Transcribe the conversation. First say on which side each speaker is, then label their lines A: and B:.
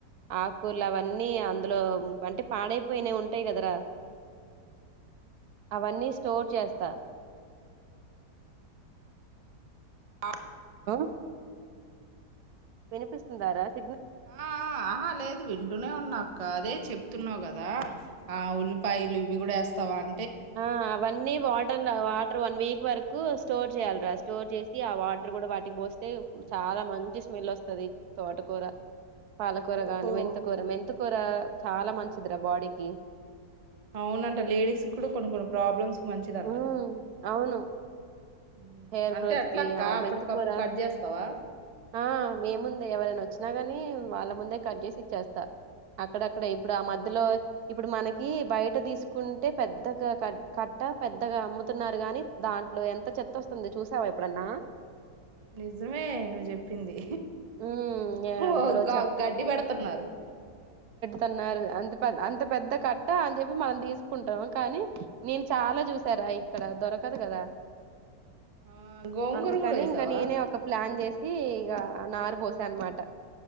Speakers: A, on the right (about 70°); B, on the right (about 45°).
A: ఆక్కూర్లు అవన్నీ అందులో అంటే పాడైపోయినవ్ ఉంటాయ్ కదరా అవన్నీ స్టోర్ చేస్తా.
B: ఆహ్
A: హోఓఓఓ వినిపిస్తుందరాజ్
B: ఆహ్హ్ ఆహా లేదు వింటూనే ఉన్నాక్క అదే చెప్పు తున్నావ్ గదా ఆ ఉల్లిపాయలు ఇవి గుడా వేస్తావా అ
A: ఆహ్ అవన్నీ వాటర్లో ఆవాటర్ వన్ వీక్ వరకు స్టోర్ జేయల్రా స్టోర్ జేసి ఆ వాటర్ గుడ వాటికి బోస్తే చాలా మంచి స్మెల్ వస్తది తోటకూర పాలకూర
B: ఓహో
A: గాని మెంతికూర మెంతు కూర చాలా మంచిదిరా బాడీకి.
B: అవునంట లేడీస్ కూడా కొన్ని కొన్ని ప్రాబ్లమ్స్. మంచిదంట
A: ఉమ్ అవును
B: ఉమ్,
A: హెయిర్
B: అంటే
A: గ్రోత్
B: అట్లక్క
A: కి ఆ
B: అప్పటికప్పుడు
A: మెంతికూర
B: కట్ చేస్తావా
A: ఆహ్హ్ మీముందే ఎవరైనా వచ్చినా గాని ని వాళ్ళ ముందే కట్ చేసి ఇచ్చేస్తా. అక్కడక్కడ ఇప్పుడు ఆ మధ్యలో ఇప్పుడు మనకి బయట తీసుకుంటే పెద్దగా క క కట్ట పెద్దగా అమ్ముతున్నారు గాని, దాంట్లో ఎంత చెత్త వస్తుంది చూసావా ఎప్పుడన్నా.
B: నిజమే నువ్వు చెప్పింది
A: హ్మ్. యాహ్!
B: ఓ
A: అందులో
B: గో గడ్డి పెడుతన్నారు.
A: తన్నారు అంత పె అంత పెద్ద కట్ట అని చెప్పి మనం తీసుకుంటాం కానీ నేన్ చాలా చూసారా ఇక్కడ దొరకదు కదా
B: ఆ గోంగూర
A: అందుకని
B: కూడా వేసావా
A: ఇంకా నేనే ఒక ప్లాన్ చేసి ఇగా నారు పోసా అనమాట